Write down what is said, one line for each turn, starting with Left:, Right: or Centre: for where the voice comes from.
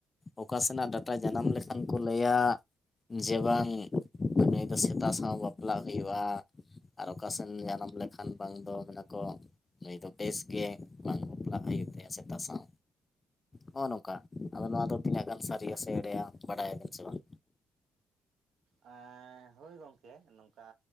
Left: ᱚᱠᱟ ᱥᱮᱱᱟᱜ ᱰᱟᱴᱟ ᱡᱟᱱᱟᱢ ᱞᱮᱠᱷᱟᱱ ᱠᱚ ᱞᱟᱹᱭᱟ ᱡᱮ ᱵᱟᱝ ᱱᱩᱭ ᱫᱚ ᱥᱮᱛᱟ ᱥᱟᱶ ᱵᱟᱯᱞᱟᱜ ᱦᱩᱭᱩᱜ-ᱟ᱾ ᱟᱨ ᱚᱠᱟᱥᱮᱱ ᱡᱟᱱᱟᱢ ᱞᱮᱠᱷᱟᱱ ᱵᱟᱝ ᱫᱚ ᱢᱮᱱᱟᱠᱚ ᱱᱩᱭ ᱫᱚ ᱱᱩᱭ ᱫᱚ ᱴᱮᱥ ᱜᱮ ᱵᱟᱝ ᱵᱟᱯᱞᱟᱜ ᱦᱩᱭᱩᱜ ᱜᱮᱭᱟ ᱛᱟᱭᱟ ᱥᱮᱛᱟ ᱥᱟᱶ᱾ ᱦᱚᱸᱜ-ᱚ ᱱᱚᱝᱠᱟ, ᱟᱫᱚ ᱱᱚᱣᱟ ᱫᱚ ᱛᱤᱱᱟᱹᱜ ᱜᱟᱱ ᱥᱟᱹᱨᱤᱭᱟ ᱥᱮ ᱮᱲᱮᱭᱟ ᱵᱟᱰᱟᱭᱵᱤᱱ ᱥᱮ ᱵᱟᱝ?
Right: ᱮᱸ ᱦᱳᱭ ᱜᱚᱢᱠᱮ ᱱᱚᱝᱠᱟ